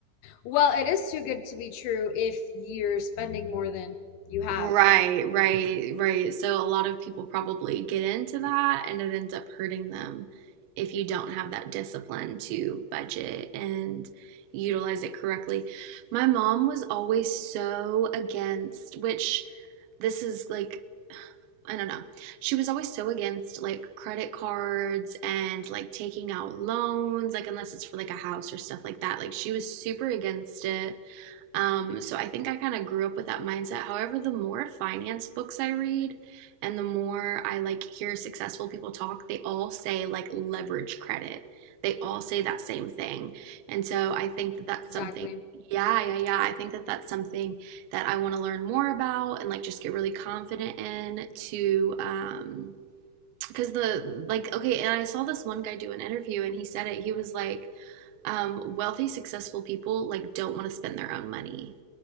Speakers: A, on the left (about 80°); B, on the right (about 80°).
A: Well, it is too good to be true if you're spending more than you have,
B: Right,
A: right?
B: right, right. So a lot of people probably get into that and it ends up hurting them if you don't have that discipline to budget and utilize it correctly. My mom was always so against, which this is like, I don't know. She was always so against like credit cards and like taking out loans, like unless it's for like a house or stuff like that. Like she was super against it um, so I think I kind of grew up with that mindset. However, the more finance books I read and the more I like hear successful people talk, they all say like leverage credit. They all say that same thing. And so I think that that's
A: Exactly.
B: something, yeah, yeah, yeah. I think that that's something that I want to learn more about and like just get really confident in to, um, because the like okay and i saw this one guy do an interview and he said it he was like um, wealthy successful people like don't want to spend their own money